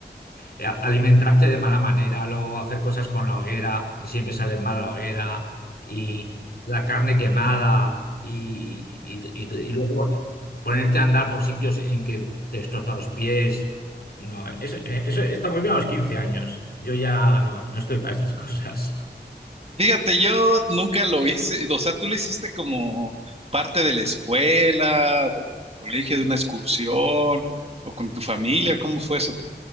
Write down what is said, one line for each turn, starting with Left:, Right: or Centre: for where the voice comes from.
Left: eh, alimentarte de mala manera, luego hacer cosas con la hoguera, que siempre salen mal a la hoguera, y la carne quemada, y, y- y- y luego ponerte a andar por sitios en que te destroza los pies. No, eso, eh, eso está muy bien a los 15 años. Yo ya no, no estoy para estas <laughs> cosas.
Right: Fíjate, yo nunca lo hice. O sea, tú lo hiciste como parte de la escuela, del colegio, de una excursión o con tu familia. ¿Cómo fue eso?